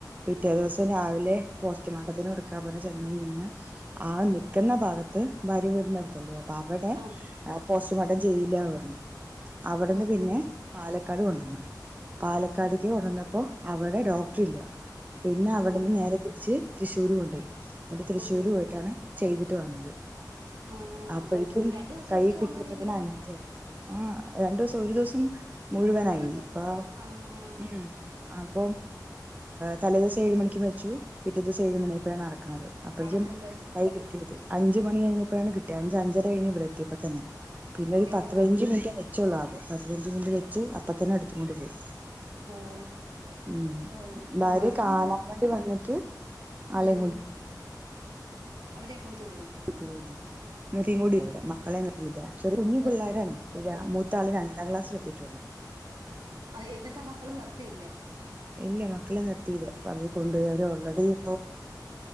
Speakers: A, on the right (about 25°); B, on the right (about 85°).
A: പിറ്റേ ദിവസം രാവിലെ പോസ്റ്റ്മോർട്ടത്തിന് കൊടുക്കാ പോലെ ചെന്ന കഴിഞ്ഞാ ആഹ് നിക്കുന്ന ഭാഗത്ത് ഭാര്യ വീട അല്ലേ അപ്പൊ അവിടെ
B: ആഹ്
A: പോസ്റ്റ്മോർട്ടം ചെയ്യില്ല പറഞ്ഞു അവിടുന്ന്
B: ആഹ്
A: പിന്നെ പാലക്കാട് കൊണ്ടുവന്നണം പാലക്കാട്ക്ക്
B: ഉം
A: കൊണ്ടന്നപ്പോ അവിടെ ഡോക്ടർ ഇല്ല പിന്നെ അവിടെന്ന്
B: ആഹ്
A: നേരെ തിരിച്ച് തൃശ്ശൂര് കൊണ്ടോയി എന്നിട്ട് തൃശ്ശൂര്
B: കൊണ്ടുപോയി
A: പോയിട്ടാണ് ചെയ്തിട്ട് വന്നത്
B: ആഹ്
A: അപ്പോഴേക്കും
B: അപ്പൊ രണ്ടു ദിവസം
A: കൈ
B: എടുത്ത് കാണുമായിരിക്കല്ലോ
A: കിട്ടിയപ്പ തന്നെ അങ്ങനെ ആഹ് രണ്ടുസം
B: അല്ല
A: ഒരു ദിവസം മുഴുവനായി
B: ഒരു ദിവസം
A: ഇപ്പ
B: ആഹ്
A: ഉം അപ്പൊ തലേ ദിവസം ഏഴ് മണിക്ക് മരിച്ചു പിറ്റ ഡിസം ഏഴ് മണിയപ്പോഴാണ് നടക്കുന്നത് അഴേും
B: അടക്കം കഴി
A: കൈ കി അഞ്ച മണി കഴിഞ്ഞപ്പോഴാണ് കിട്ടിയത് അഞ്ച് അഞ്ചര കഴിഞ്ഞപ്പോഴ എത്തിയപ്പോ തന്നെന്നെ പിന്നൊരു
B: എത്തിയപ്പോ
A: വഞ്ച മിനിറ്റ് വെച്ചള്ളൂ അത് അ വഞ്ച മിനിറ്റ് വെച്ച് അപ്പൊ തന്നെ എടുത്ത കൊണ്ട് പോയി
B: ഓഹ്
A: ഉം
B: ഓഹ്
A: ഭാര്യ
B: മരണങ്ങളാ
A: കാണാൻ വേണ്ടി വന്നിട്ട് ആളെയും
B: ഉം
A: കൂട്ട
B: അവരേം കൊണ്ടുപോയി
A: ഫോജ നിൃീയും
B: ആഹ്
A: കൂടി
B: ആഹ്
A: അവിടെ മക്കളെ നിത്തിയില്ല ചെറ കുഞ്ഞു
B: നിർത്തി
A: പിള്ളാരാണ്േ
B: ആഹ്
A: മൂത്ത ആള് രണ്ടാം ക്ലാസ്സൽ എത്തിയിട്ടുള്ളൂ <unintelligible>
B: അഹ് എന്നിട്ട് ആ മക്കള് നിർത്തിയില്ലേ
A: ഇല്ല മക്കളെ നിർത്തിയില്ലേ പറഞ്ഞ കൊണ്ടു പോയി അവര് ഓൾറെഡി ഇ